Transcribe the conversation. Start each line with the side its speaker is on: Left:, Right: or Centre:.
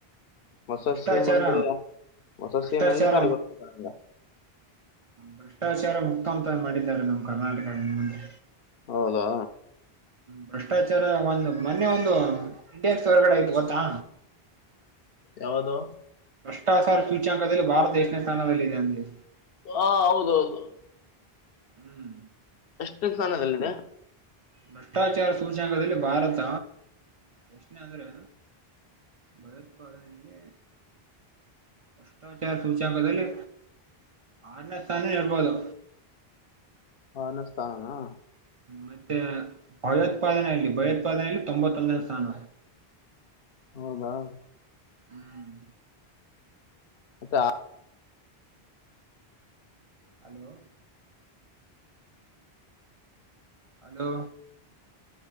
Left: ಹೊಸ
Right: ಭ್ರಷ್ಟಾಚಾರ
Left: ಸ್ಕೀಮ್ ಅಂದ್ರೆ ಹೊಸ
Right: ಭ್ಷ್ಟಾಚಾರ
Left: ಸ್ಕೀಮ್ ಹೆಂಗಿದ್ದಾರೆ ಗೊತ್ತಂಗ
Right: ಭ್ರಷ್ಟಾಚಾರ ಮುಕ್ತಾಂತ ಮಾಡಿದ್ದಾರೆ ನಮ್ ಕರ್ನಾಟಕ ಇನ್ಮುಂದೆ.
Left: ಹೌದಾ?
Right: ಭ್ರಷ್ಟಾಚಾರ. ಮೊನ್ನೆ ಒಂದು. ಇಂಡಿಯಕ್ಸ್ ಹೊರಗಡೆ ಆಯ್ತು ಗೊತ್ತಾ.
Left: ಯಾವದು.
Right: ಅ ಸಾವಿರ ಸೂಚ್ಯಂಕದಲ್ಲಿ ಭಾರತ ದೇಶನೇ ಸ್ಥಾನಲ್ಲಿದೆದೆ ಅಂದೆ.
Left: ಹಾ ಹೌದೌದು.
Right: ಹ್ಮ್.
Left: ಎಷ್ಟು ಸ್ಥಾನದಲ್ಲಿದೆ.
Right: ಭ್ರಷ್ಟಾಚಾರ ಸೂಚ್ಯಾಂಕದಲ್ಲಿ ಭಾರತ ಎಷ್ಟನೇ ಅಂದ್ರೆ ಭಯೋತ್ಪಾದನೆಯಲ್ಲಿ ಭ್ರಷ್ಟಾಚಾರ ಸೂಚ್ಯಾಂಕದಲ್ಲಿ ಆರನೇ ಸ್ಥಾನ ನರ್ಬಹದು.
Left: ಹ ಅನ್ನಿಸ್ತಾನನಾ.
Right: ಮತ್ತೆ ಭಯೋತ್ಪಾದನೆಯಲ್ಲಿ ಭಯೋತ್ಪಾದನೆಯಲ್ಲಿ ತೊಂಬತ್ತೊಂದನೇ ಸ್ಥಾನ.
Left: ಹೌದಾ.
Right: ಹ್ಮ್
Left: ಅತ್ತೆ. <unintelligible>
Right: ಹಲೋ. ಹಲೋ.